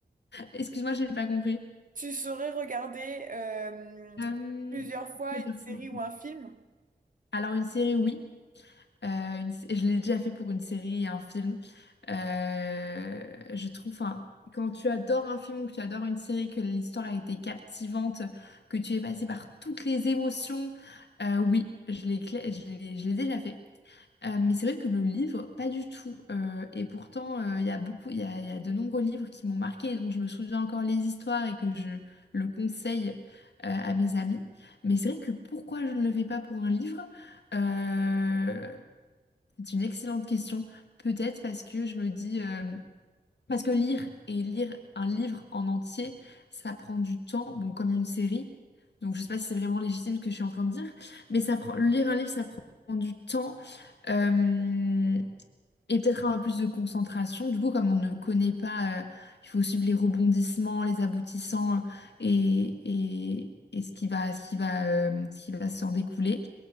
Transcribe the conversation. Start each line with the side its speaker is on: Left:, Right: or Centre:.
Left: Excuse-moi, j'ai pas compris.
Right: Tu saurais regarder euh,
Left: Euh,
Right: plusieurs fois
Left: plusieurs
Right: une série
Left: fois.
Right: ou un film?
Left: Alors, une série, oui. Euh, une- je l'ai déjà fait pour une série et un film. Euh, je trouve, enfin, quand tu adores un film ou que tu adores une série, que l'histoire a été captivante, que tu es passé par toutes les émotions, euh, oui, je l'ai, cla- je l'ai, je l'ai déjà fait. Euh, mais c'est vrai que le livre, pas du tout. Euh, et pourtant, euh, il y a beaucoup, il y a, il y a de nombreux livres qui m'ont marqué et dont je me souviens encore les histoires et que je le conseille euh, à mes amis. Mais c'est vrai que pourquoi je ne le fais pas pour un livre? Euh, c'est une excellente question. Peut-être parce que je me dis, euh, parce que lire et lire un livre en entier, ça prend du temps, bon, comme une série. Donc, je sais pas si c'est vraiment légitime ce que je suis en train de dire, mais ça prend, lire un livre, ça prend du temps euh, et peut-être un peu plus de concentration. Du coup, comme on ne connaît pas, euh, il faut suivre les rebondissements, les aboutissants euh, et, et, et ce qui va, ce qui va, euh, ce qui va s'en découler.